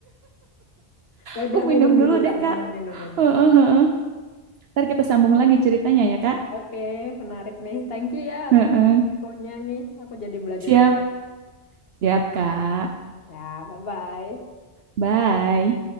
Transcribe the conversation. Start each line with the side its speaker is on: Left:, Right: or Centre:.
Left: Ya
Right: Aku
Left: udah
Right: minum
Left: minum dulu
Right: dulu
Left: Kak,
Right: deh, Kak.
Left: minum minum minum.
Right: Heeh, heeh. Ntar kita sambung lagi ceritanya ya, Kak.
Left: Oke, menarik nih. Thank you ya
Right: Heeh.
Left: atas infonya nih. Aku jadi belajar
Right: Siap,
Left: banyak.
Right: siap, Kak.
Left: Ya, bye-bye.
Right: Bye.